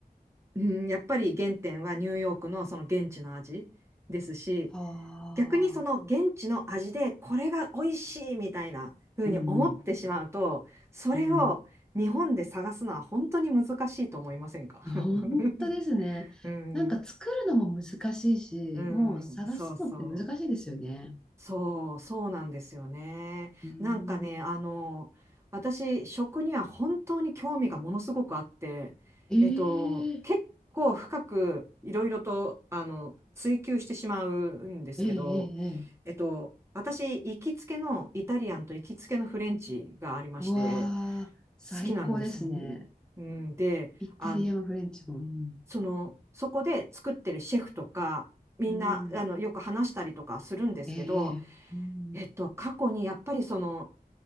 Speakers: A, on the right (about 15°); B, in the centre.
A: うん、やっぱり原点はニューヨークのその現地の味ですし、
B: はあ、
A: 逆にその現地の味でこれが美味しいみたいな風に思ってしまうと、
B: うん、うん、
A: それを日本で探すのは本当に難しいと思いませんか
B: うん。本当ですね。
A: <laughs> うん、
B: なんか作るのも難しいし、
A: うん、
B: もう探すのって難しいですよね。
A: そうそう。そう、そうなんですよね。
B: うーん。
A: なんかね、あの、私、食には本当に興味がものすごくあって、
B: ええ
A: えっと、結構深くいろいろと、あの、追求してしまうんですけど、
B: ええええええ
A: えっと、私、行きつけのイタリアンと行きつけのフレンチがありまして、
B: うわあ、最高ですね。
A: 好きなんですよ。うん、で、
B: イタリアもフレンチも。
A: あ、
B: うん。
A: その、そこで作ってるシェフとか、みんな、
B: うん。
A: あの、よく話したりとかするんですけど、
B: ええええうん。
A: えっと、過去にやっぱりその、